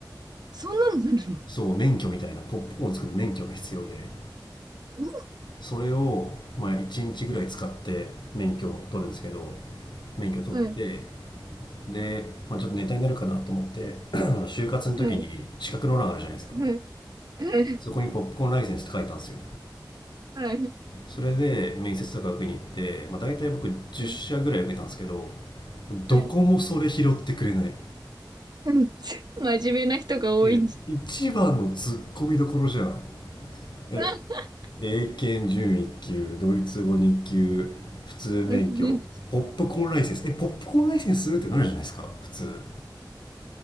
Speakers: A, on the right; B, on the left.
A: そんなのなるの
B: そう免許みたいなポップコーン作る免許が必要で
A: うん
B: それを、まあ、1日ぐらい使って免許を取るんですけど免許取って
A: はい、
B: で、まあ、ちょっとネタになるかなと思って <clears throat> <coughs> 就活の時に資格の欄あるじゃないですか
A: はい、はい、はい、
B: そこにポップコーンライセンスって書いたんですよ
A: はい、
B: それで面接とか受けに行って、まあ、大体僕10社ぐらい受けたんですけど
A: はい、はい。
B: どこもそれ拾ってくれない
A: うん真面目な人が多いんじ
B: いや一番のツッコミどころじゃんえ
A: ゃ。あ
B: 英検準一級ドイツ語二級普通免許ポップコーンライセンスえポップコーンライセンスってなるじゃないですか普通
A: うん